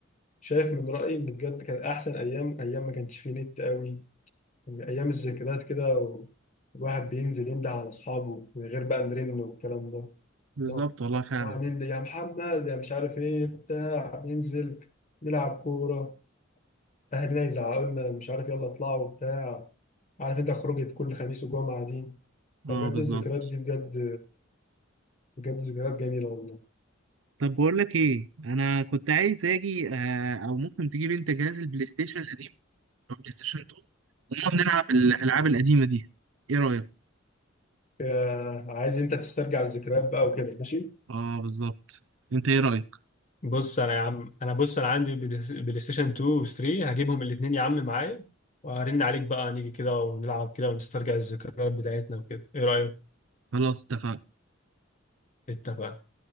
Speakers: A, on the left; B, on the right.
A: شايف من رأيي إن بجد كان أحسن أيام أيام ما كانش فيه نت قوي أيام الذكريات كده و- الواحد بينزل ينده على أصحابه من غير بقى نرن والكلام ده
B: بالظبط
A: إن هو
B: والله فعلا
A: هننده يا محمد يا مش عارف إيه بتاع ننزل نلعب كورة أهلنا يزعقوا لنا مش عارف يلا اطلعوا وبتاع عارف أنت خروجة كل خميس وجمعة دي
B: اه
A: فبجد
B: بالظبط
A: الذكريات دي بجد بجد ذكريات جميلة والله
B: طب بقول لك ايه انا كنت عايز اجي آه او ممكن تجيب انت جهاز البلاي ستيشن القديم او بلاي ستيشن 2 ونقعد نلعب الالعاب القديمه دي ايه رايك
A: آه، عايز أنت تسترجع الذكريات بقى وكده ماشي
B: اه بالظبط انت ايه رأيك
A: بص انا يا عم انا بص انا عندي بلاي بلاي ستيشن 2 و 3 هجيبهم الاثنين يا عم معايا وهرن عليك بقى نيجي كده ونلعب كده ونسترجع الذكريات بتاعتنا وكده ايه رأيك
B: خلاص اتفقنا
A: اتفقنا